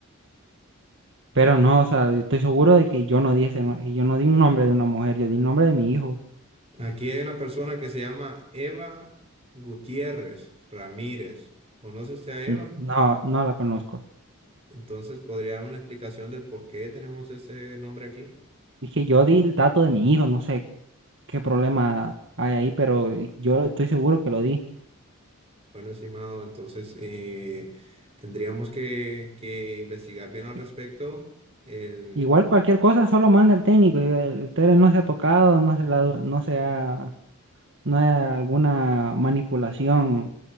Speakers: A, on the right (about 60°); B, on the right (about 30°).
A: Pero no, o sea, yo estoy seguro de que yo no di ese, no- yo no di un nombre de una mujer, yo di el nombre de mi hijo.
B: Aquí hay una persona que se llama Eva Gutiérrez Ramírez. ¿Conoce usted a Eva?
A: N- No, no la conozco.
B: Entonces, ¿podría dar una explicación del por qué tenemos ese nombre aquí?
A: Es que yo di el dato de mi hijo, no sé qué problema hay ahí, pero yo estoy seguro que lo di.
B: Bueno, estimado, entonces eh, tendríamos que, que investigar bien al respecto.
A: I-
B: El...
A: Igual cualquier cosa solo manda al técnico. y El el tele no se ha tocado, no se la- no se ha, no hay alguna manipulación,